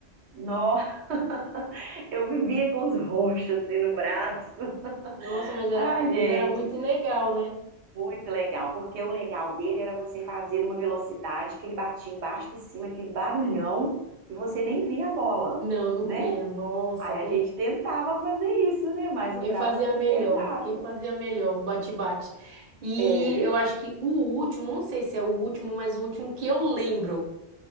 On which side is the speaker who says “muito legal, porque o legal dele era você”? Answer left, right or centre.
Right